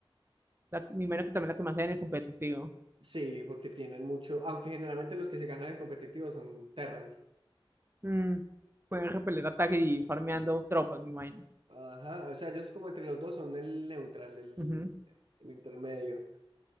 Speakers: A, on the right (about 25°); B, on the right (about 65°).
A: la, me imagino que también la que más hay en el competitivo.
B: Sí, porque tienen mucho, aunque generalmente los que se ganan en competitivo son Terrans.
A: Mm, pueden repeler ataque y ir farmeando tropas, me imagino.
B: Ajá, o sea, ellos como entre los dos son el neutral, el,
A: Ujú.
B: el intermedio.